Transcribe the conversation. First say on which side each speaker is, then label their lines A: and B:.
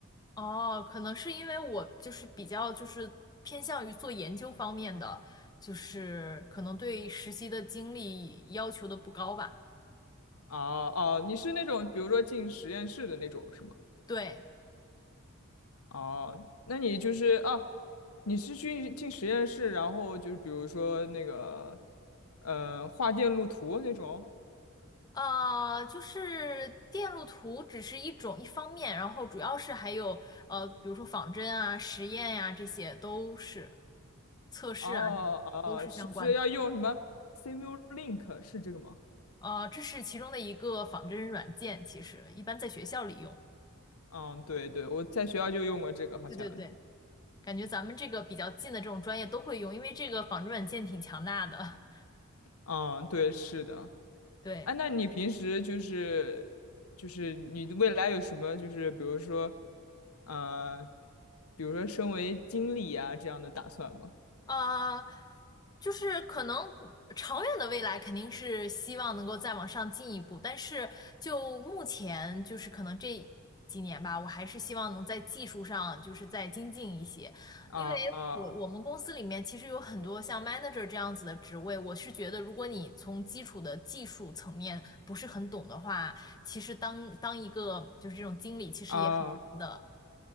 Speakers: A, on the left (about 20°); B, on the left (about 90°).
A: 哦，可能是因为我就是比较就是偏向于做研究方面的，就是可能对实习的经历要求的不高吧。
B: <laughs> 哦哦，你是那种比如说进实验室的那种是吗？
A: 对。
B: 哦，那你就是啊，你是去进实验室，然后就是比如说那个，呃，画电路图那种。
A: 呃，就是电路图只是一种一方面，然后主要是还有呃，比如说仿真啊、实验呀、这些都是测试啊，
B: 哦哦，
A: 这种都是相关的。
B: 是不是要用什么 Simulink 是这个吗？
A: 呃，这是其中的一个仿真软件，其实一般在学校里用。
B: 嗯，对对，我在学校就用过这个，好像。
A: 对对对，感觉咱们这个比较近的这种专业都会用，因为这个仿真软件挺强大的。
B: 嗯，对，是的。
A: <laughs> 对。
B: 哎、那你平时就是就是你未来有什么就是比如说，呃，比如说身为经理啊这样的打算吗？
A: 呃，就是可能长远的未来肯定是希望能够再往上进一步，但是就目前就是可能这几年吧，我还是希望能在技术上就是再精进一些，
B: 啊啊
A: 因为我我们公司里面其实有很多像 manager 这样子的职位，我是觉得如果你从基础的技术层面不是很懂的话，其实当当一个就是这种经理其实也很难的。
B: 啊